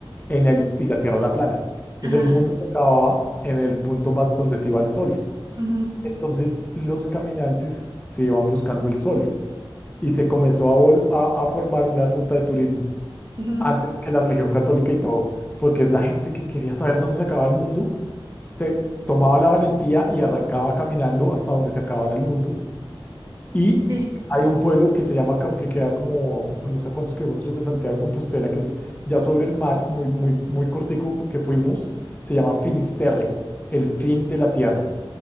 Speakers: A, on the left (about 15°); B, on the right (about 40°).
A: en el, y la Tierra era plana. Entonces,
B: Ajá.
A: el mundo se acababa en el punto ma- donde se iba el sol.
B: ujú,
A: Entonces, los caminantes se iban buscando el sol y se comenzó a, vol- a, a formar una ruta de turismo
B: ujú,
A: antes que la religión católica y todo, porque es la gente que quería saber dónde se acababa el mundo, se tomaba la valentía y arrancaba caminando hasta donde se acabara el mundo Y
B: Sí.
A: hay un pueblo que se llama, Cau- que queda como, bueno, no sé a cuántos kilómetros de Santiago de Compostela, que es ya sobre el mar, muy, muy, muy cortico que fuimos, se llama Finisterre, el fin de la tierra.